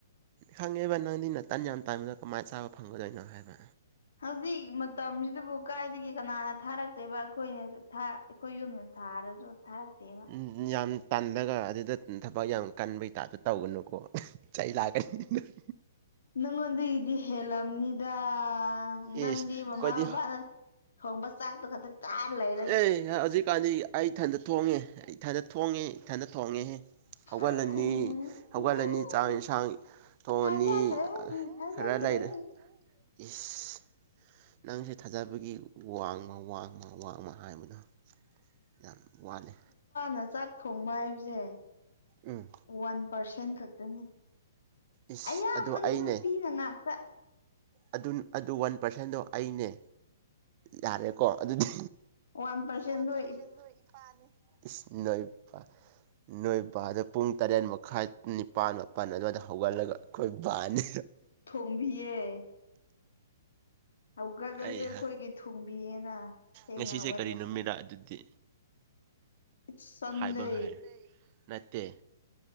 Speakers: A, on the right (about 40°); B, on the left (about 70°).
A: ꯈꯪꯉꯦꯕ ꯅꯪꯗꯤ ꯇꯟ ꯌꯥꯝ ꯇꯥꯏꯕꯗꯣ ꯀꯃꯥꯏꯅ ꯆꯥꯕ ꯐꯪꯒꯗꯣꯏꯅꯣ ꯍꯥꯏꯕ
B: ꯍꯧꯖꯤꯛ ꯃꯇꯝꯁꯤꯗꯕꯨ ꯀꯥꯏꯗꯒꯤ ꯀꯅꯥꯅ ꯊꯥꯔꯛꯇꯦꯕ ꯑꯩꯈꯣꯏꯅꯁꯨ ꯑꯩꯈꯣꯏ ꯌꯨꯝꯗ ꯊꯥꯔꯁꯨ ꯊꯥꯔꯛꯇꯦꯕ
A: ꯎꯝ ꯌꯥꯝ ꯇꯜꯂꯒ ꯑꯗꯨ ꯑꯗꯨꯅ ꯊꯕꯛ ꯌꯥꯝ ꯀꯟꯕꯩꯇꯥꯞꯇ ꯇꯧꯒꯅꯨꯀꯣ ꯆꯩ ꯂꯥꯛꯀꯅꯤ ꯅꯪ
B: ꯅꯪꯉꯣꯟꯗꯒꯤꯗꯤ ꯍꯦꯜꯂꯝꯅꯤꯗ ꯅꯪꯗꯤ
A: ꯏꯁ ꯑꯩꯈꯣꯏꯗꯤ
B: ꯃꯃꯥ ꯕꯕꯥꯅ ꯊꯣꯡꯕ ꯆꯥꯛꯇꯣ ꯈꯛꯇ ꯇꯥꯔ ꯂꯩ
A: ꯑꯦ ꯍꯧꯖꯤꯛꯀꯥꯟꯗꯤ ꯑꯩ ꯏꯊꯟꯗ ꯊꯣꯡꯉꯦ ꯑꯩ ꯏꯊꯟꯗ ꯊꯣꯡꯉꯦ ꯏꯊꯟꯗ ꯊꯣꯡꯉꯦꯍꯦ ꯍꯧꯒꯠꯂꯅꯤ
B: ꯎꯝ
A: ꯍꯧꯒꯠꯂꯅꯤ
B: ꯎꯝ
A: ꯆꯥꯡ ꯌꯦꯟꯁꯥꯡ ꯇꯣꯅꯤ
B: ꯊꯥꯖꯈ꯭ꯔꯦ ꯊꯥꯖꯗ꯭ꯔꯦ
A: ꯈꯔ ꯂꯩꯔꯦ ꯏꯁ ꯅꯪꯁꯦ ꯊꯥꯖꯕꯒꯤ ꯋꯥꯡꯃ ꯋꯥꯡꯃ ꯋꯥꯡꯃ ꯍꯥꯏꯕꯗꯣ ꯌꯥꯝ ꯋꯥꯠꯂꯦ
B: ꯅ ꯆꯥꯛ ꯊꯣꯡꯕ ꯍꯥꯏꯕꯁꯦ
A: ꯎꯝ
B: ꯋꯥꯟ ꯄꯥꯔꯁꯦꯟ ꯈꯛꯇꯅꯤ
A: ꯏꯁ
B: ꯑꯌꯥꯝꯕꯗꯤ
A: ꯑꯗꯨ ꯑꯩꯅꯦ
B: ꯅꯨꯄꯤꯅ ꯉꯥꯛꯇ
A: ꯑꯗꯨ ꯑꯗꯨ ꯋꯥꯟ ꯄꯥꯔꯁꯦꯟꯗꯣ ꯑꯩꯅꯦ ꯌꯥꯔꯦꯀꯣ ꯑꯗꯨꯗꯤ
B: ꯋꯥꯟ ꯄꯥꯔꯁꯦꯟꯗꯣ
A: ꯋꯥꯟ ꯄꯔꯁꯦꯟꯗꫭ ꯏꯄꯥꯅꯦ ꯏꯁ ꯅꯣꯏꯕ ꯅꯣꯏꯕꯗꯣ ꯄꯨꯡ ꯇꯔꯦꯠ ꯃꯈꯥꯏ ꯅꯤꯄꯥꯜ ꯃꯥꯄꯜ ꯑꯗꯨꯋꯥꯏꯗ ꯍꯧꯒꯠꯂꯒ ꯑꯩꯈꯣꯏ ꯕꯥꯅꯤ
B: ꯀꯨꯝꯕꯤꯌꯦ ꯍꯧꯒꯠꯂꯁꯨ
A: ꯑꯩ
B: ꯑꯩꯈꯣꯏꯒꯤ
A: ꯍꯥ
B: ꯊꯣꯡꯕꯤꯌꯦꯅ ꯊꯦꯡꯅ
A: ꯉꯁꯤꯁꯦ
B: ꯍꯧꯒꯠꯂꯁꯨ
A: ꯀꯔꯤ ꯅꯨꯃꯤꯠꯔꯥ ꯑꯗꯨꯗꯤ
B: ꯏꯠꯁ ꯁꯟꯗꯦ
A: ꯍꯥꯏꯕ ꯍꯥꯏ ꯅꯠꯇꯦ